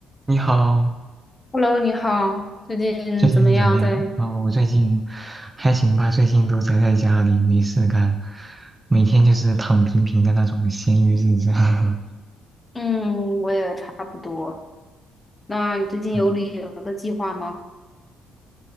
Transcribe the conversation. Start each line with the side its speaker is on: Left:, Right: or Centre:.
Right: 你好，
Left: Hello，你好，最近怎么样在？
Right: 最近怎么样？啊、我最近还行吧，最近都宅在家里没事干，每天就是躺平平的那种闲鱼日子。<laughs>
Left: 嗯，我也差不多。那你最近有旅游的计划吗？
Right: 嗯